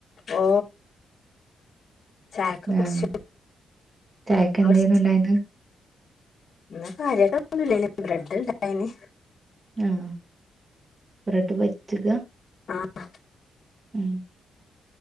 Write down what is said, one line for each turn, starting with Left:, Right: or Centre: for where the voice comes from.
Left: ഓ ചായക്കെ കുടിച്ച്
Right: ആഹ് ചായക്ക്
Left: ബൂസ്റ്റ്
Right: എന്തേന്നു ഉണ്ടായിന്ന്
Left: ഇന്ന് കാര്യൊയ്ടൊന്നും ല്ലെനി ബ്രെഡ്ഡ്ണ്ടായിന്
Right: ആഹ് ബ്രെഡ് പൊരിച്ചതാ
Left: ആഹ്
Right: ഉം